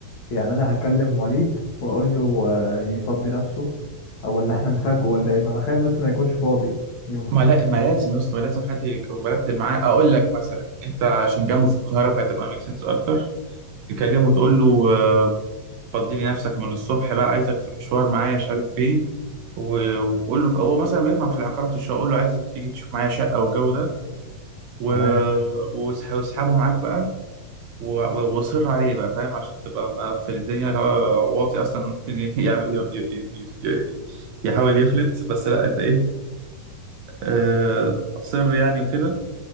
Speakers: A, on the left (about 80°); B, on the right (about 75°).
A: يعني انا هكلم وليد واقول له آه، يفضي نفسه او ولا احنا نفاجئه ولا ايه ما انا خايف بس ما يكونش فاضي يومها
B: ما لا ما لازم يا اسطى ما لازم حد يكون مرتب معاه أقول لك مثلا أنت عشان جنبه في القاهرة فهتبقى ميك سنس أكتر تكلمه تقول له فضي لي نفسك من الصبح بقى عايزك في مشوار معايا مش عارف فين و- وقول له هو مثلا بيفهم في العقارات والشقه قول له عايزك تيجي تشوف معايا شقه والجو ده و...
A: تمام
B: واسح- واسحبه معاك بقى و- و- واصر عليه بقى فاهم عشان تبقى مقفل الدنيا لو هو واطي اصلا ممكن ي... يع- ي... ي... ي... ي... يحاول يفلت بس لا انت ايه آه... صر يعني وكده